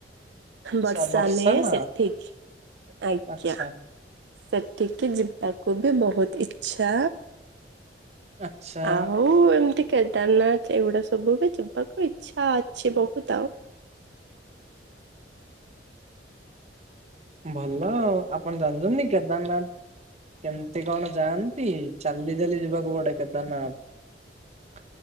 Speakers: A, on the right; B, on the right.
A: ଆଚ୍ଛା
B: ବର୍ଷାନେ
A: ବର୍ଷା ନା
B: ସେଠିକ୍ ଆଜ୍ଞା।
A: ଆଚ୍ଛା
B: ସେଠିକି ଯିବାକୁ ବି ବୋହୁତ୍ ଇଚ୍ଛା।
A: ଆଚ୍ଛା
B: ଆଉ ଏମ୍ ତି କେଦାରନାଥ ଏଗୁଡା ସବୁ ବି ଯିବାକୁ ଇଛା ଅଛି ବହୁତ ଆଉ। <unintelligible>
A: ଭଲ ଆଉ ଆପଣ ଜାଣିଛନ୍ତି କେଦାରନାଥ କେମତି କଣ ଯାଆନ୍ତି ଚାଲି ଚାାଲି ଯିବାକୁ ପଡେ କେଦାରନାଥ